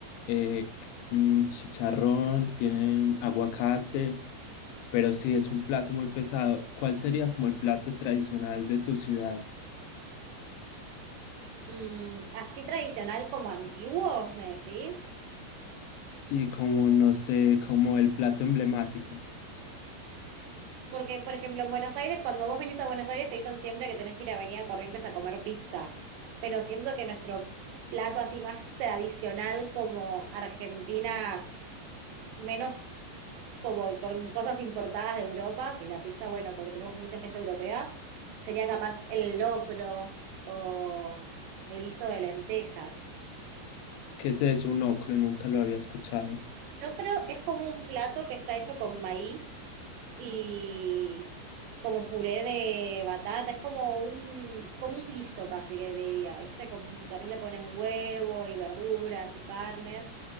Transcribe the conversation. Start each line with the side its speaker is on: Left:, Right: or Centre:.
Left: eh, mm, chicharrón, tiene aguacate, pero sí es un plato muy pesado. ¿Cuál sería como el plato tradicional de tu ciudad?
Right: Mm, así tradicional como antiguo, ¿me decís?
Left: Sí, como no sé, como el plato emblemático.
Right: Porque, por ejemplo, en Buenos Aires, cuando vos venís a Buenos Aires, te dicen siempre que tenés que ir a Avenida Corrientes a comer pizza. Pero siento que nuestro plato así más tradicional como Argentina menos como con cosas importadas de Europa, que la pizza, bueno, porque tenemos mucha gente europea, sería capaz el locro o el guiso de lentejas.
Left: ¿Qué es eso? Un locro, nunca lo había escuchado.
Right: El locro es como un plato que está hecho con maíz y como puré de batata, es como un, como un guiso casi que diría, ¿viste? Como, también le ponen huevo y verduras y carnes